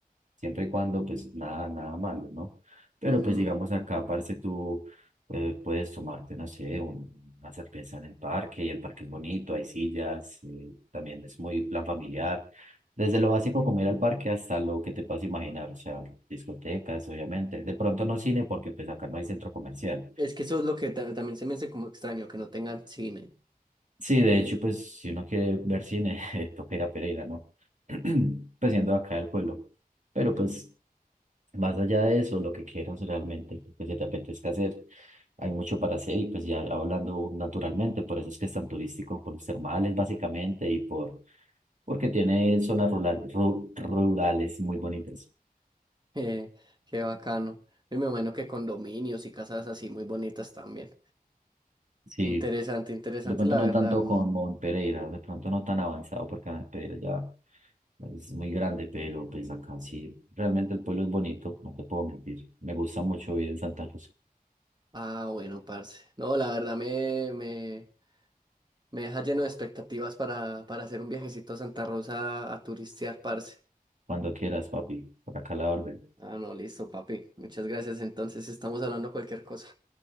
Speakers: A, on the right (about 55°); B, on the right (about 30°).
A: siempre y cuando pues nada, nada malo, ¿no? Pero
B: Ujú.
A: pues digamos acá, parce, tú eh, puedes tomarte, no sé, un- una cerveza en el parque y el parque es bonito, hay sillas, eh, también es muy plan familiar. Desde lo básico como ir al parque hasta lo que te puedas imaginar, o sea, discotecas, obviamente. De pronto no cine porque pues acá no hay centro comercial.
B: Es que eso es lo que ta- también se me hace como extraño, que no tengan cine.
A: Sí, de hecho, pues si uno quiere ver cine, <laughs> toca ir a Pereira, ¿no? <clears throat> Pues siendo acá el pueblo. Pero pues Más allá de eso, lo que quieras realmente, lo que se te apetezca hacer, hay mucho para hacer y pues ya hablando naturalmente, por eso es que es tan turístico, por los termales básicamente y por, porque tiene zonas rural- ru- rurales muy bonitas.
B: <laughs> Eh, qué bacano. Y me imagino que condominios y casas así muy bonitas también.
A: Sí,
B: Interesante, interesante,
A: de pronto
B: la
A: no
B: verdad.
A: tanto como en Pereira, de pronto no tan avanzado porque en Pereira ya es muy grande, pero pues acá sí, realmente el pueblo es bonito, no te puedo mentir. Me gusta mucho vivir en Santa Cruz.
B: Ah, bueno, parce. No, la verdad me, me, me deja lleno de expectativas para, para hacer un viajecito a Santa Rosa a turistear, parce.
A: Cuando quieras, papi, por acá la orden
B: Ah, no, listo, papi. Muchas gracias. Entonces estamos hablando cualquier cosa.